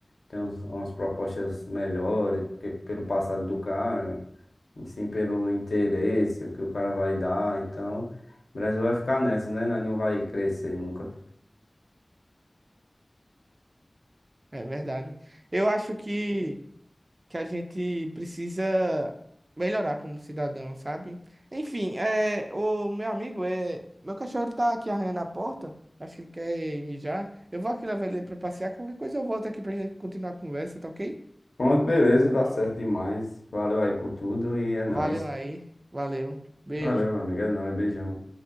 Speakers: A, on the left (about 75°); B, on the right (about 60°).
A: tem uns- umas propostas melhores, porque pelo passado do cara, e sim pelo interesse, o que o cara vai dar. Então, o Brasil vai ficar nessa, né? Nós Não vai crescer nunca.
B: É verdade. Eu acho que, que a gente precisa melhorar como cidadão, sabe? Enfim, é, o meu amigo, é, meu cachorro ele tá aqui arranhando a porta. Acho que ele quer ir mijar. Eu vou aqui levar ele pra passear. Qualquer coisa eu volto aqui pra gente continuar a conversa, tá ok?
A: Pronto, beleza, dá certo demais. Valeu aí por tudo e é nóis.
B: Valeu aí. Valeu. Beijo.
A: Valeu, meu amigo, é nóis, beijão.